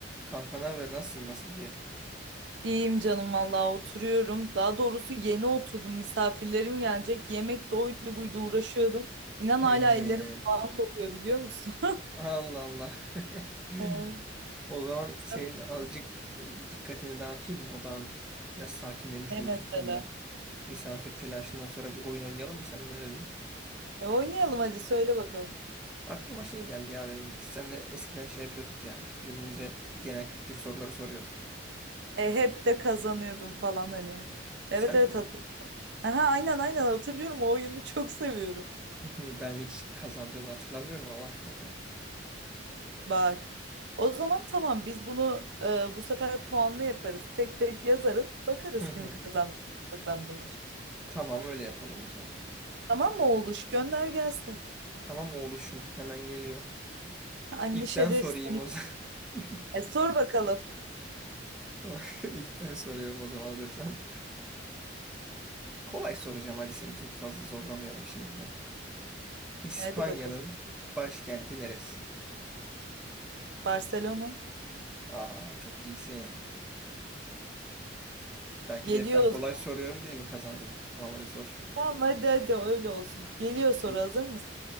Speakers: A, in the centre; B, on the right.
A: Kanka ne haber? Nasılsın? Nasıl gidiyor?
B: İyiyim canım vallahi oturuyorum. Daha doğrusu yeni oturdum. Misafirlerim gelecek. Yemek de oydu buydu uğraşıyordum. İnan
A: Ee,
B: hala ellerim falan kokuyor biliyor musun? <laughs>
A: Allah Allah. <laughs>
B: Ee,
A: O zaman
B: sen
A: senin
B: ne
A: azıcık
B: diyorsun?
A: dikkatini dağıtayım mı odağını? Biraz sakinlemiş
B: Ne
A: olursun
B: mesela?
A: sen de. Misafir telaşından sonra bir oyun oynayalım mı? Sen ne dedin?
B: E oynayalım hadi söyle bakalım.
A: Aklıma şey geldi ya benim. Biz seninle eskiden şey yapıyorduk ya. Birbirimize genel kültür soruları soruyorduk.
B: E hep de kazanıyordum falan hani. Evet
A: Sen
B: evet
A: mi?
B: hatırlıyorum. Aha, aynen aynen hatırlıyorum. O oyunu çok seviyorum.
A: <laughs> Ben hiç kazandığını hatırlamıyorum ama. <laughs>
B: Bak. O zaman tamam biz bunu e, bu sefer puanlı yaparız. Tek tek yazarız. Bakarız
A: Hı hı.
B: kim kazanmış, kim kazanmamış.
A: Tamam öyle yapalım o zaman.
B: Tamam mı oğluş? Gönder gelsin.
A: Tamam oğluşum hemen geliyor.
B: Anişa
A: İlk ben sorayım
B: de seni.
A: o zaman. <laughs>
B: E, sor bakalım.
A: Tamam, <laughs> İlk ben soruyorum o zaman hazırsan. Kolay soracağım hadi seni çok fazla zorlamayalım şimdiden. İspanya'nın
B: Hadi bakalım.
A: başkenti neresi?
B: Barcelona.
A: Aa çok iyisin. Belki
B: Geliyor
A: de hep ben
B: o zaman.
A: kolay soruyorum diye mi kazandın? Tamam hadi sor.
B: Tamam hadi hadi öyle olsun. Geliyor soru
A: İ-
B: hazır mısın?